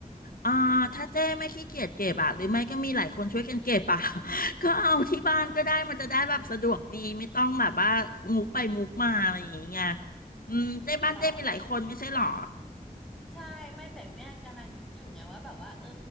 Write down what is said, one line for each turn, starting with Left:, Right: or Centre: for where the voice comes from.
Left: อ่าถ้าเจ้ไม่ขี้เกียจเก็บอะหรือไม่ก็มีหลายคนช่วยกันเก็บอะ <laughs> ก็เอาที่บ้านก็ได้มันจะได้แบบสะดวกดีไม่ต้องแบบว่ามูฟไปมูฟมาอะไรอย่างเงี้ยอืมเจ้บ้านเจ้มีหลายคนไม่ใช่หรอ
Centre: หรอใช่ไม่แต่เมี่ยกำลังคิดอยู่ไงว่าแบบว่าเออ